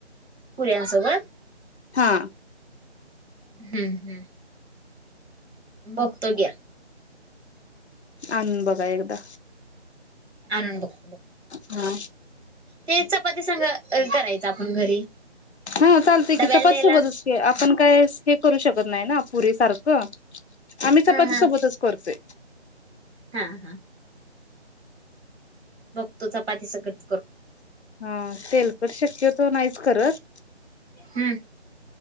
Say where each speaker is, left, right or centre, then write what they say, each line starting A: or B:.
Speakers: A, on the right (about 65°); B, on the left (about 70°).
A: पुऱ्यांसोबत
B: हा.
A: हम्म हम्म. बघतो घ्या.
B: आणून बघा एकदा.
A: <unintelligible>
B: हा.
A: ते चपाती संग करायचं आपण घरी.
B: हा चालतंय
A: डब्याला
B: की चपाती
A: द्यायला
B: सोबतच की आपण काय हे करू शकत नाही ना पुरीे सारखं. आम्ही
A: हा
B: चपाती
A: हा
B: सोबतच करतोय.
A: हा हा. बघतो चपाती सकट.
B: हा तेलकट शक्यतो नाहीच करत.
A: हम्म.